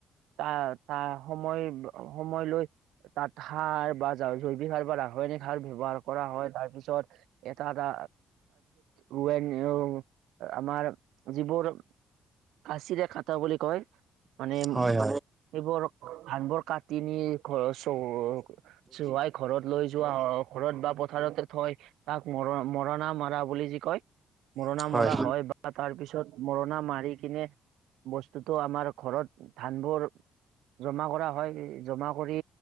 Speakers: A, on the right; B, on the right.
A: তা তা সময় সময় লৈ তাত সাৰ বা যা জৈ- ৱিক সাৰৰ পৰা সৈযনিক সাৰ ব্যৱহাৰ কৰা হয়। তাৰপিছত এটা এটা উৰুৱাই নিয়ে অ আমাৰ যিবোৰ কাচিৰে কাটা বুলি কয় মানে উ
B: হয় হয়
A: এইবোৰ ধান বোৰ কাটি নি ঘৰৰ চৌ চোৱাই ঘৰত লৈ যোৱা হয়। ঘৰত বা পথাৰতে থৈ তাক মৰ মৰণা মৰা বুলি যি কয়, মৰণা
B: হয়
A: মৰা হয় বা তাৰ পিছত মৰণা মাৰি কিনে বস্তুতো আমাৰ ঘৰত ধান বোৰ জমা কৰা হয়। জমা কৰি